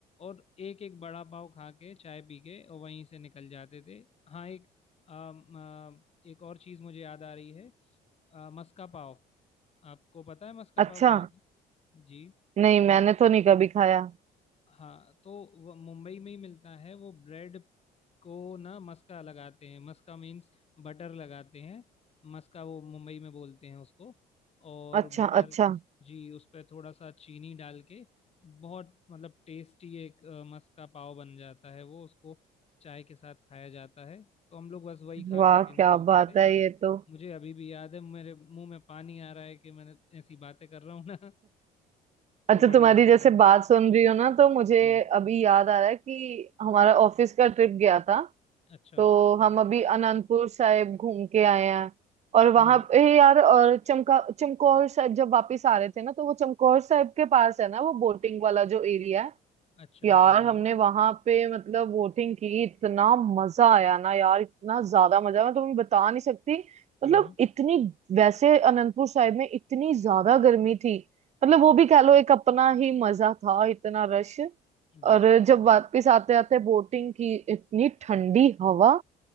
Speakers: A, on the left (about 35°); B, on the right (about 40°).
A: और एक एक बड़ा पाव खा के चाय पी के और वहीं से निकल जाते थे हाँ एक अम, अ, एक और चीज़ मुझे याद आ रही है अ, मस्का पाव आपको पता है मस्का
B: अच्छा
A: पाव क्या होता है जी
B: नहीं मैंने तो नहीं कभी खाया
A: हाँ तो वो मुंबई में ही मिलता है वो ब्रेड को ना मस्का लगाते हैं मस्का मीन्स बटर लगाते हैं मस्का वो मुंबई में बोलते हैं उसको और
B: अच्छा
A: बटर
B: अच्छा
A: जी उस पर थोड़ा सा चीनी डाल के बहुत मतलब टेस्टी एक अ, मस्का पाव बन जाता है वो उसको चाय के साथ खाया जाता है तो हम लोग बस वही खा
B: वाह
A: खा के निकलते
B: क्या बात
A: थे
B: है ये तो
A: मुझे अभी भी याद है मेरे मुंह में पानी आ रहा है कि मैंने ऐसी बातें कर रहा हूँ ना <laughs> तो
B: अच्छा
A: बढ़िया
B: तुम्हारी
A: लग
B: जैसे
A: रहा है
B: बात सुन रही हो ना तो मुझे
A: जी
B: अभी याद आ रहा है कि हमारा ऑफिस का ट्रिप गया था
A: अच्छा
B: तो हम अभी अनंदपुर साहिब घूम के आए हैं और
A: हम्म
B: वहां
A: हम्म,
B: पे यार और चमका चमकौर साहिब जब वापस आ रहे थे ना तो वो चमकौर साहिब के पास है ना वो बोटिंग वाला जो एरिया है
A: अच्छा
B: यार
A: हाँ जी
B: हमने वहां पे मतलब बोटिंग की इतना मजा आया ना यार इतना ज्यादा मजा मैं तुम्हें बता नहीं सकती
A: हम्म
B: मतलब
A: हम्म
B: इतनी वैसे अनंतपुर साहिब में इतनी ज्यादा गर्मी थी मतलब वो भी कह लो एक अपना ही मजा था इतना रश
A: बिल्कुल
B: और
A: सही
B: जब
A: बात
B: वापस आते आते बोटिंग की इतनी ठंडी हवा